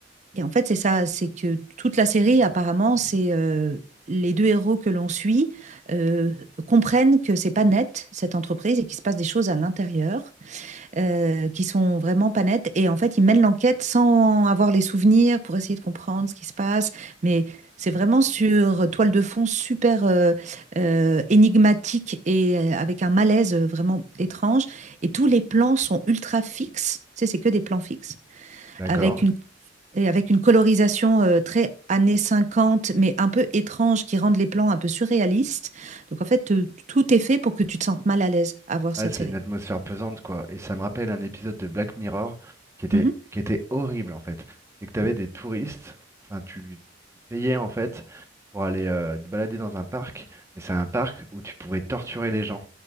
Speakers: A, on the right; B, on the right.
A: et en fait, c'est ça, c'est que toute la série apparemment, c'est, heu, les 2 héros que l'on suit, heu, comprennent que c'est pas net, cette entreprise et qu'il se passe des choses à l'intérieur euh, qui sont vraiment pas nettes. Et en fait, ils mènent l'enquête sans avoir les souvenirs pour essayer de comprendre ce qui se passe. Mais c'est vraiment sur toile de fond super euh, euh, énigmatique et euh, avec un malaise euh, vraiment étrange. Et tous les plans sont ultra fixes. Tu sais, c'est que des plans fixes
B: d'accord.
A: avec une et avec une colorisation euh, très années 50, mais un peu étrange, qui rendent les plans un peu surréalistes. Donc en fait, euh, tout est fait pour que tu te sentes mal à l'aise à voir
B: Ah,
A: cette
B: c'est
A: série.
B: une atmosphère pesante, quoi. Et ça me rappelle un épisode de Black Mirror qui était,
A: Mhm.
B: qui était horrible, en fait. C'est que tu avais des touristes, enfin, tu, tu payais, en fait, pour aller euh, te balader dans un parc, mais c'est un parc où tu pouvais torturer les gens,